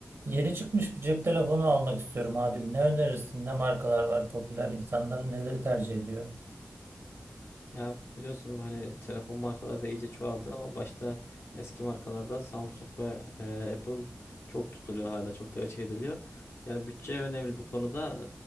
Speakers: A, on the right; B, on the left.
A: Yeni çıkmış bir cep telefonu almak istiyorum abi. Ne önerirsin? Ne markalar var popüler? insanların neleri tercih ediyor?
B: Ya biliyorsun hani telefon markaları da iyice çoğaldı ama başta eski markalarda Samsung ve e, Apple çok tutuluyor hala çok tercih ediliyor. Yani bütçe önemli bu konuda.